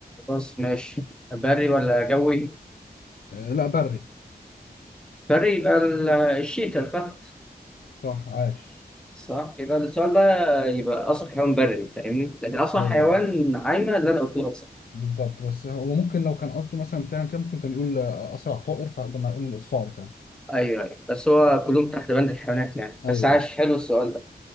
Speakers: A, in the centre; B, on the left.
A: خلاص ماشي بري ولا جوي
B: آه لا بري
A: بري يبقى ال- الشيتا الفهد
B: صح عاش
A: صح يبقى السؤال بقى يبقى اصح حيوان بري فاهمني لكن اصح
B: ايوه
A: حيوان عايمه اللي انا قلته لك صح
B: بالظبط بس هو ممكن لو كان قصده مثلا فعلا كان ممكن كان يقول آه، اسرع طائر فكنا نقول الصقر فعلا
A: ايوه ايوه بس هو كلهم تحت بند الحيوانات يعني
B: ايوه
A: بس عاش
B: أيوة.
A: حلو السؤال ده